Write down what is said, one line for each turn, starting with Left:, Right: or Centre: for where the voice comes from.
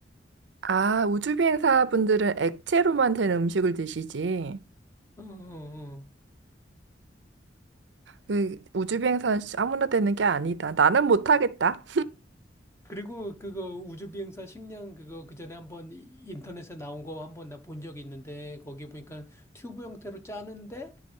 Right: 아, 우주비행사 분들은 액체로만 된 음식을 드시지.
Left: 어, 어, 어.
Right: 그 우주 비행사는 진짜 아무나 되는 게 아니다. 나는 못하겠다.
Left: 그리고 그거 우주비행사 식량 그거 그 전에 한번 인터넷에 나온 거 한번 나 본 적이 있는데 거기 보니까 튜브 형태로 짜는데